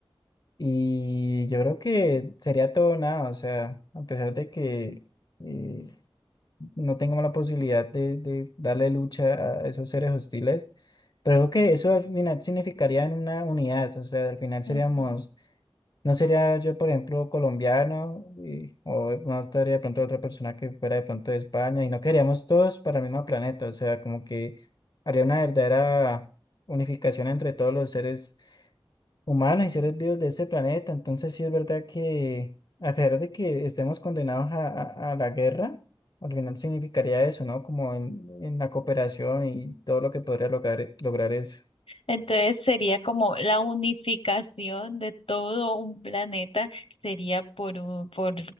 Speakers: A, on the left (about 50°); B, on the left (about 80°).
A: Y yo creo que sería todo o nada, o sea, a pesar de que eh, no tengamos la posibilidad de, de darle lucha a esos seres hostiles, pero creo que eso al final significaría en una unidad, o sea, al final seríamos
B: Ujú.
A: no sería yo, por ejemplo, colombiano, y- o no estaría de pronto otra persona que fuera de pronto de España, y no queríamos todos para el mismo planeta, o sea, como que haría una verdadera unificación entre todos los seres humanos y seres vivos de ese planeta. Entonces, sí es verdad que, a pesar de que estemos condenados a, a- a la guerra, al final significaría eso, ¿no? Como en, en la cooperación y todo lo que podría lograr, lograr eso.
B: Entonces sería como la unificación de todo un planeta sería por un, por,